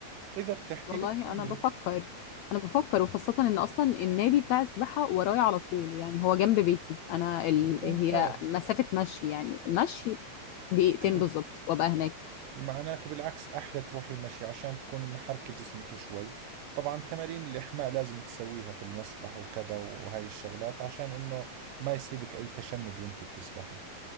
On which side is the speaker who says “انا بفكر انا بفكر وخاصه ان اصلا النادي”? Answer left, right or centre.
Left